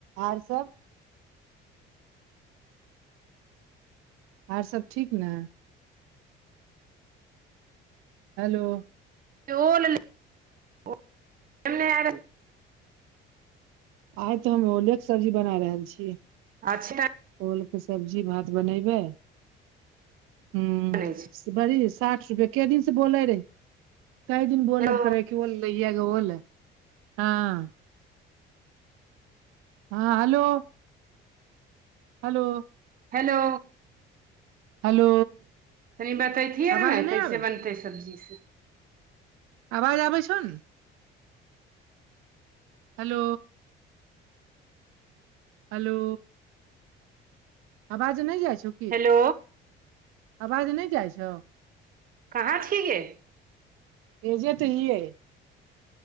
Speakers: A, on the right (about 85°); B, on the right (about 45°).
A: आरसब आरसब ठीक न हेलो
B: <unintelligible>
A: आइ तऽ हम ओलेके सब्जी बना रहल छियै
B: अच्छा
A: ओलके सब्जी भात बनेैबै हूँ
B: बनै छै।
A: बड़ी साठि रुपये काए दिनसे बोले रहे कैए दिन बोलब
B: हेलो
A: करै केवल लइग ओल हाँ हाँ हेलो हेलो
B: हेलो
A: हेलो
B: तनि बततियै
A: आवाज
B: ने
A: नहि
B: कैसे
A: आबै
B: बनतै
A: छै
B: सब्जीसे
A: आवाज आबै छो ने हेलो हेलो आवाज नहि जाइ छो
B: हेलो
A: आवाज नहि जाइ छो
B: कहाँ छी गे
A: एजेे तऽ ई एय